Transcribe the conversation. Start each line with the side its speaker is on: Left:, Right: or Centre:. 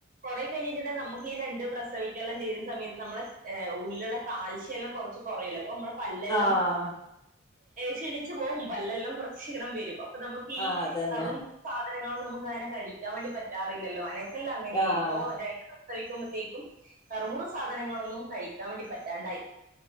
Right: കുറെ കഴിഞ്ഞിട്ട്ണ്ടേൽ നമുക്ക് ഈ രണ്ട് പ്രസവിക്കെല്ലാം ചെയ്യുന്ന സമയത്ത് നമ്മുടെ ഉള്ളിലുള്ള കാൽശ്യല്ലാം കുറച്ച് കൊറയല്ലോ ഇപ്പം നമ്മളെ പല്ലെല്ലാം
Left: ആഹ്
Right: ക്ഷീണിച്ചു പോവും പല്ലെല്ലാം കുറച്ച് ക്ഷീണം വരും അപ്പൊ നമുക്ക് ഈ
Left: ആഹ് അതന്നെ
Right: കറുമുറ സാധനങ്ങളൊന്നും നമുക്ക് അങ്ങനെ കഴിക്കാൻ വേണ്ടി പറ്റാറില്ലല്ലോ അങ്ങനെ ല്ല അങ്ങനെയാ
Left: ആഹ്
Right: ഇപ്പൊ രണ്ട് പ്രസവിക്കുമ്പോഴത്തേക്കും കറമുറ സാധനങ്ങളൊന്നും കഴിക്കാൻ വേണ്ടി പറ്റാണ്ടായി